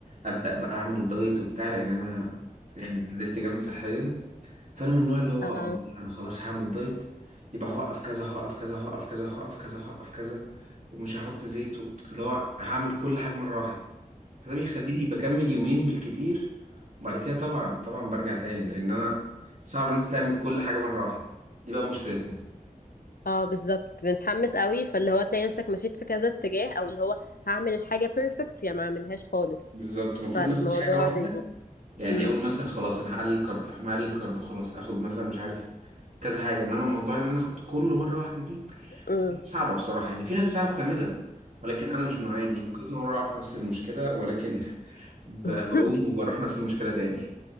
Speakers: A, on the right; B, on the left.
A: ابدا بقى اعمل دايت وبتاع لان انا يعني اتبهدلت جامد صحيا فانا من النوع اللي هو
B: آه.
A: آه، انا خلاص هعمل دايت يبقى هوقف كذا هوقف كذا هوقف كذا هوقف كذا هوقف كذا ومش هحط زيت و- اللي هو هعمل كل حاجة مرة واحدة فده بيخليني بكمل يومين بالكتير وبعد كده طبعا طبعا برجع تاني لان انا صعب ان انت تعمل كل حاجه مره واحده دي بقى مشكلتنا
B: اه بالظبط بنتحمس قوي فاللي هو تلاقي نفسك مشيت في كذا اتجاه او اللي هو هعمل الحاجة بيرفكت يا ما اعملهاش خالص
A: بالظبط المفروض
B: فالموضوع
A: ناخد حاجه واحده
B: بيبوظ
A: يعني
B: امم
A: اقول مثلا خلاص انا هقلل كرب فاروح مقلل الكرب خلاص اخد مثلا مش عارف كذا حاجه انما موضوع ان انا اخد كله مره واحده دي
B: امم
A: بتبقى صعبه بصراحه يعني في ناس بتعرف تعملها ولكن انا مش من النوعيه دي وكذا مره اقع في نفس المشكله ولكن <laughs> ب-
B: <laughs>
A: بقوم وبروح نفس المشكله تاني